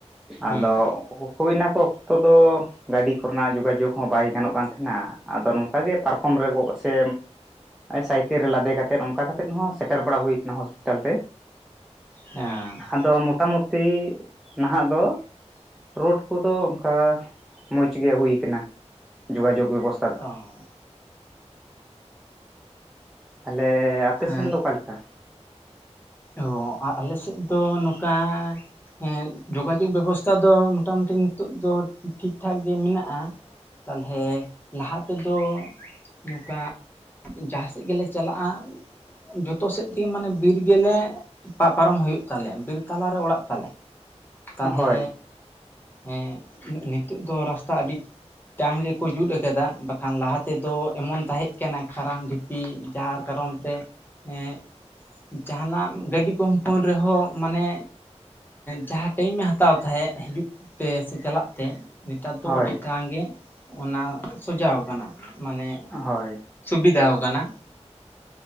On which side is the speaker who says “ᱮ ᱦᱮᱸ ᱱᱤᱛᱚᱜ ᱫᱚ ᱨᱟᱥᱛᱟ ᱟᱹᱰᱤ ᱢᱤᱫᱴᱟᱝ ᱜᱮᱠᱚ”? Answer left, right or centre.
Left